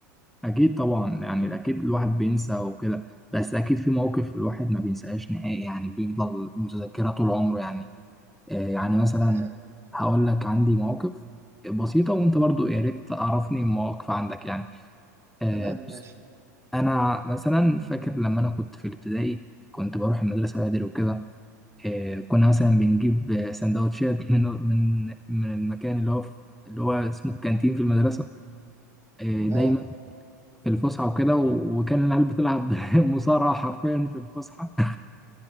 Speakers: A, in the centre; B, on the right (about 30°).
A: أكيد طبعا يعني أكيد الواحد بينسى وكده بس أكيد في مواقف الواحد ما بينساهاش نهائي يعني بيفضل متذكرة طول عمره يعني آه، يعني مثلا
B: آه
A: هقول لك عندي مواقف بسيطة وانت برضو يا ريت تعرفني مواقف عندك يعني آه،
B: تمام
A: بص
B: ماشي
A: انا مثلا فاكر لما انا كنت في الابتدائي كنت بروح المدرسة بدري وكده آه، كنا مثلا بنجيب آه، سندوتشات <laughs> من من من المكان اللي هو في اللي هو اسمه الكانتين في المدرسة آه، دايما
B: أه
A: في الفسحة وكده و- وكان العيال بتلعب <laughs> مصارعة حرفيا في الفسحة